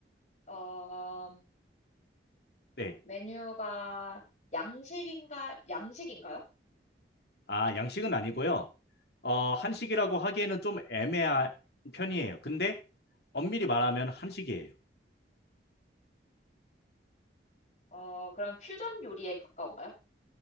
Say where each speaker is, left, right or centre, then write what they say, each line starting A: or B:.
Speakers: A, on the left; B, on the left.
A: 어,
B: 네.
A: 메뉴가 양식인가 양식인가요?
B: 아, 양식은 아니고요. 어, 한식이라고 하기에는 좀 애매한 편이에요. 근데 엄밀히 말하면 한식이에요.
A: 어, 그럼 퓨전 요리에 가까운가요?